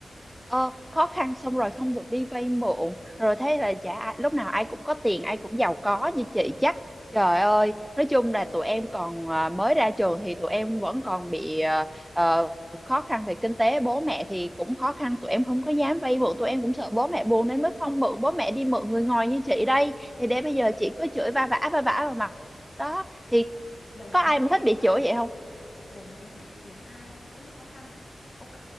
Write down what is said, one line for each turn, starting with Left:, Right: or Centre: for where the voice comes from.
Centre: ờ, khó khăn xong rồi không được đi vay mượn rồi thế là chả ai- lúc nào ai cũng có tiền ai cũng giàu có như chị chắc trời ơi nói chung là tụi em còn à, mới ra trường thì tụi em vẫn còn bị à, ờ, khó khăn về kinh tế bố mẹ thì cũng khó khăn tụi em không có dám vay mượn tụi em cũng sợ bố mẹ buồn nên mới không mượn bố mẹ đi mượn người ngoài như chị đây thì để bây giờ chị cứ chửi va vã va vã vào mặt đó thì
Left: chị đồng
Centre: có ai
Left: ý với
Centre: mà thích
Left: em
Centre: bị
Left: á
Centre: chửi
Left: hả
Centre: vậy không
Left: chị đồng ý á, là ai cũng có lúc khó khăn ok